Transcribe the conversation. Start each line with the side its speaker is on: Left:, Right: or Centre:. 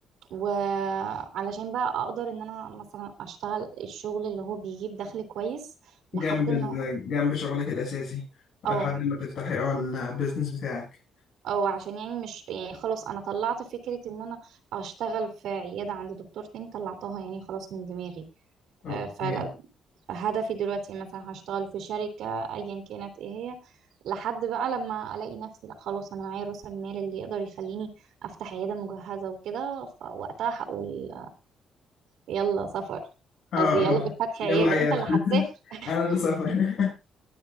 Right: وعلشان بقى اقدر ان انا مثلا اشتغل الشغل اللي هو بيجيب دخل كويس
Left: جنب
Right: لحد
Left: ال...
Right: ما
Left: جنب شغلك الأساسي لحد
Right: او
Left: ما تفتحي اه البيزنس بتاعك
Right: او عشان يعني مش يعني خلاص انا طلعت فكره ان انا اشتغل في عياده عند دكتور تاني طلعتها يعني خلاص من دماغي
Left: اوكي
Right: آه، فلا هدفي دلوقتي مثلا هشتغل في شركة ايا كانت ايه هي لحد بقى لما الاقي نفسي لا خلاص انا معايا راس المال اللي يقدر يخليني افتح عيادة مجهزة وكده فوقتها هقول يلا سفر
Left: اه
Right: قصدي
Left: اه
Right: يلا فتح
Left: يلا
Right: عيادة
Left: عيادة
Right: انت اللي هتسافر
Left: <laughs> انا اللي سافر
Right: انت